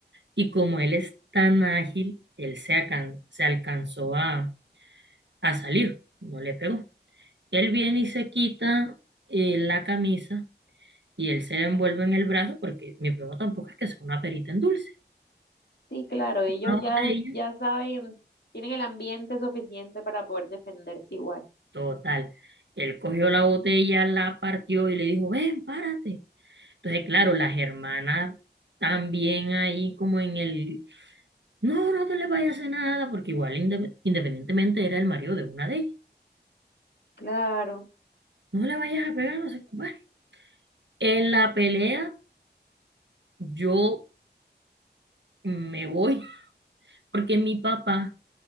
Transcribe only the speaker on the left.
Sí, claro, ellos
ya,
ya saben, tienen el ambiente suficiente para poder defenderse igual.
Claro,